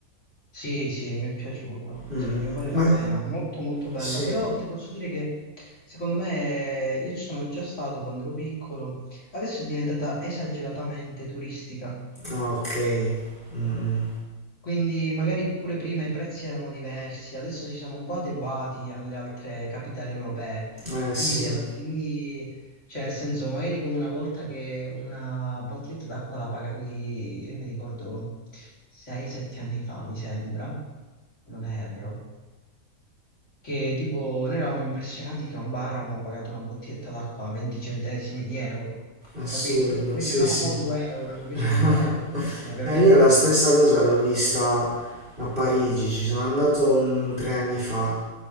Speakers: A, on the left; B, on the right.
A: Sì, sì, mi è piaciuta,
B: Mm,
A: sì, ne vale
B: ma
A: la pena, molto molto bella,
B: sì,
A: però ti posso dire che secondo me io ci sono già stato quando ero piccolo, adesso è diventata esageratamente turistica,
B: ah, ok. Mm, mm.
A: quindi magari pure prima i prezzi erano diversi, adesso si sono un po' adeguati alle altre capitali europee,
B: Eh sì,
A: quindi se vai lì, cioè nel senso magari come una volta che una bottiglietta d'acqua la pagavi, io mi ricordo 6-7 anni fa mi sembra, se non erro. che tipo noi eravamo impressionati che a un bar avevamo pagato una bottiglietta d'acqua a 20 centesimi di euro, capito?
B: assurdo,
A: Invece
B: sì
A: no,
B: sì.
A: mo 2 euro, invece
B: <laughs>
A: mo 2 euro costano, capito?
B: Eh, io la stessa
A: Quindi-
B: cosa l'ho vista a Parigi, ci sono andato mm, tre anni fa,